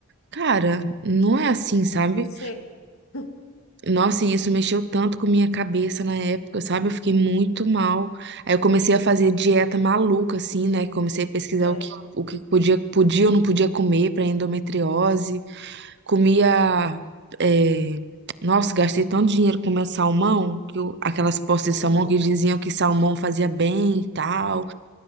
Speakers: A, on the right; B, on the left.
A: Cara, não é assim,
B: tipo,
A: sabe?
B: não sei. <laughs>
A: Nossa, e isso mexeu tanto com minha cabeça na época, sabe? Eu fiquei muito mal. Aí eu comecei a fazer dieta maluca, assim, né? Comecei a pesquisar
B: Sério.
A: o que, o que podia, podia ou não podia comer para endometriose. Comia.
B: Aham.
A: é, Nossa, gastei tanto dinheiro comendo salmão, que eu- aquelas postas
B: Nossa.
A: de salmão que diziam que salmão fazia bem e tal.